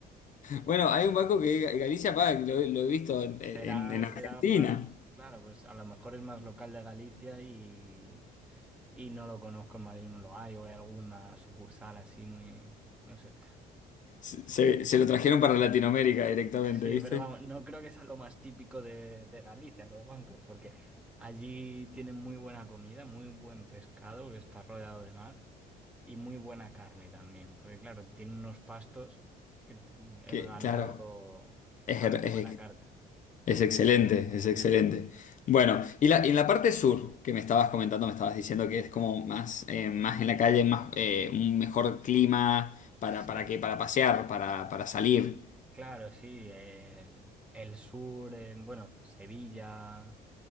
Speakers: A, on the left (about 50°); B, in the centre.
A: Bueno, hay un banco que Galicia paga, que lo, lo he visto en,
B: Será,
A: en- en Argentina.
B: será más, claro, pues a lo mejor es más local de Galicia y, y no lo conozco en Madrid, no lo hay, o hay alguna sucursal así muy, no sé.
A: Se, se- se lo trajeron para Latinoamérica directamente,
B: Sí,
A: ¿viste?
B: pero vamos, no creo que sea lo más típico de, de Galicia, los bancos, porque allí tienen muy buena comida, muy buen pescado, porque está rodeado de mar, y muy buena carne también, porque claro, tienen unos pastos que el
A: Que,
B: ganado
A: claro,
B: saca
A: es, her-
B: muy
A: es-
B: buena carne.
A: es excelente, es
B: Sí,
A: excelente. Bueno, y la, y en la parte sur que me estabas comentando, me estabas diciendo que es como más, eh, más en la calle, más, eh, un mejor clima para,
B: sí,
A: para qué, para pasear, para, para salir.
B: claro, sí, el, el sur, en, bueno, Sevilla.